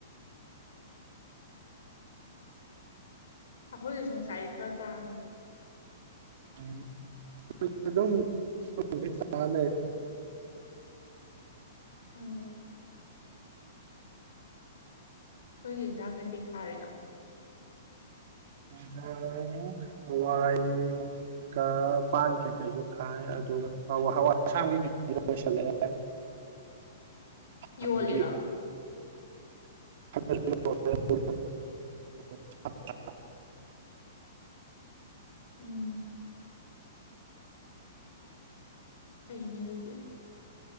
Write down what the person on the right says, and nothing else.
ꯝ ꯑꯗꯨꯝꯂꯦ <inaudible>
ꯌꯦꯖꯥꯡ ꯍꯋꯥꯏꯒ ꯄꯥꯟ ꯀꯩꯀꯩꯁꯨ ꯊꯥꯏ ꯑꯗꯨꯒ ꯍꯋꯥꯏ ꯑꯁꯥꯡꯕꯤ ꯒꯩꯁꯨ ꯂꯣꯏꯁꯤꯜꯂꯛꯑꯦ
ꯑꯗꯒꯤ <inaudible>